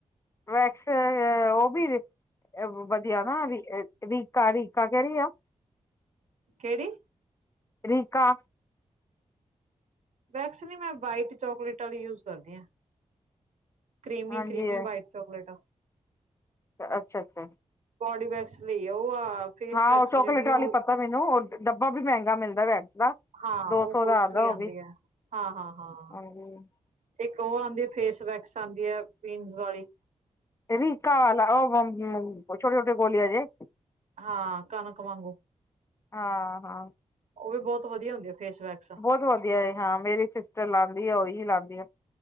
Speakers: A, on the left; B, on the right.
A: ਵੈਕਸ ਉਹ ਵੀ ਵਧੀਆ ਨਾ ਰੀਕਾ ਰੀਕਾ ਕਹਿ ਰਹੀ ਆ
B: ਕਿਹੜੀ
A: ਰੀਕਾ
B: ਵੈਕਸ ਨ ਮੈਂ ਵਾਈਟ ਚੋਕਲੇਟ ਵਾਲੀ ਯੂਜ ਕਰਦੀ ਹਾਂ। ਕ੍ਰੀਮੀ-
A: ਹਾਂਜੀ
B: ਕ੍ਰੀਮੀ ਵਾਈਟ ਚੌਕਲੇਟ ਆ
A: ਅੱਛਾ-ਅੱਛਾ
B: ਬੋਡੀ ਵੈਕਸ ਲਈ ਉਹ ਆ ਫੇਸ
A: ਹਾਂ
B: ਵੈਕਸ
A: ਉਹ ਚੋਕਲੇਟ
B: ਜਿਹੜੀ ਉਹ
A: ਵਾਲੀ ਪਤਾ ਮੈਨੂੰ ਉਹ ਡੱਬਾ ਵੀ ਮਹਿੰਗਾ ਮਿਲਦਾ ਵੈਕਸ ਦਾ
B: ਹਾਂ
A: ਦੋ
B: ਉਹ
A: ਸੌ
B: ਕੋਸਟਲੀ
A: ਦਾ ਆਉਂਦਾ ਉਹ
B: ਆਉਂਦੀ
A: ਵੀ
B: ਹੈ ਹਾਂ ਹਾਂ ਹਾਂ
A: ਹਾਂਜੀ
B: ਇੱਕ ਉਹ ਆਉਂਦੀ ਫੇਸ ਵੈਕਸ ਆਉਂਦੀ ਹੈ ਪੀਨਸ ਵਾਲੀ
A: ਰੀਕਾ ਵਾਲਾ ਉਹ ਛੋਟੇ ਛੋਟੇ ਗੋਲੀਆਂ ਜੇ
B: ਹਾਂ ਕਣਕ ਵਾਂਗੂ
A: ਹਾਂ ਹਾਂ
B: ਉਹ ਵੀ ਬਹੁਤ ਵਧੀਆ ਹੁੰਦੀ ਆ ਫੇਸ ਵੈਕਸ
A: ਬਹੁਤ ਵਧੀਆ ਏ ਹਾਂ ਮੇਰੀ ਸਿਸਟਰ ਲਾਉਂਦੀ ਆ ਉਹੀ ਲਾਉਂਦੀ ਆ